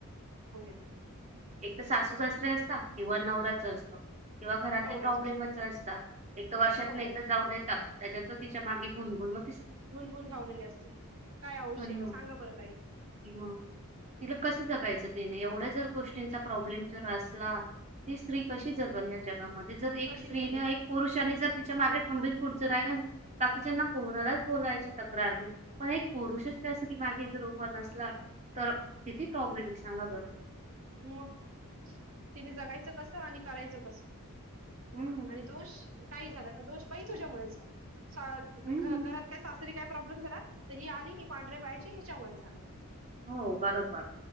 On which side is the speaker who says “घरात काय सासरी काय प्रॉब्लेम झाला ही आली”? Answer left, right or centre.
Right